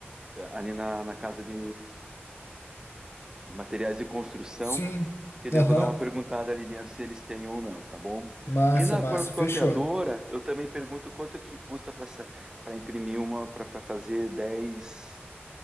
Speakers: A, on the right (about 15°); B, on the left (about 75°).
A: ali na, na casa de, de materiais de construção,
B: Sim,
A: que daí
B: aham.
A: eu vou dar uma perguntada ali dentro se eles têm ou não, tá bom?
B: Massa,
A: E na
B: massa,
A: copiadora,
B: fechou.
A: eu também pergunto quanto que custa para imprimir uma, para fazer 10